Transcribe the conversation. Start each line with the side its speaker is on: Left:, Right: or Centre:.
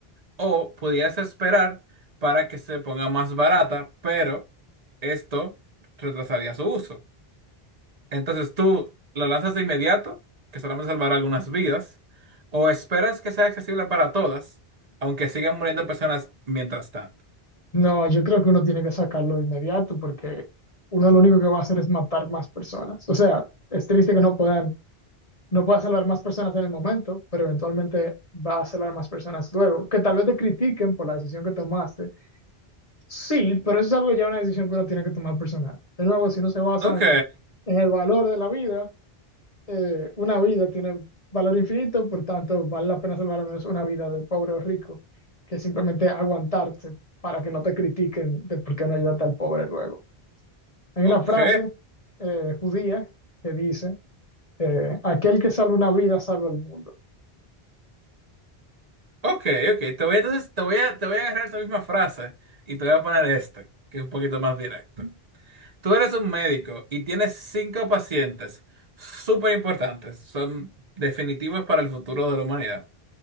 Right: O podías esperar para que se ponga más barata, pero esto retrasaría su uso. Entonces tú la lanzas de inmediato, que solamente salvará algunas vidas, o esperas que sea accesible para todas, aunque sigan muriendo personas mientras tanto.
Left: No, yo creo que uno tiene que sacarlo de inmediato porque uno lo único que va a hacer es matar más personas. O sea, es triste que no puedan, no pueda salvar más personas en el momento, pero eventualmente va a salvar más personas luego. Que tal vez te critiquen por la decisión que tomaste. Sí, pero eso es algo ya una decisión que uno tiene que tomar personal. De nuevo, si no se basa
Right: Ok,
Left: en, en el valor de la vida, eh, una vida tiene valor infinito, por tanto, vale la pena salvar al menos una vida de pobre o rico, que simplemente aguantarse para que no te critiquen de por qué no ayudaste al pobre luego. Hay
Right: ok,
Left: una frase eh, judía que dice, eh, aquel que salva una vida salva el mundo.
Right: ok, ok. Te voy, entonces, te voy a, te voy a agarrar esa misma frase y te voy a poner este, que es un poquito más directo. Tú eres un médico y tienes cinco pacientes súper importantes, son definitivos para el futuro de la humanidad,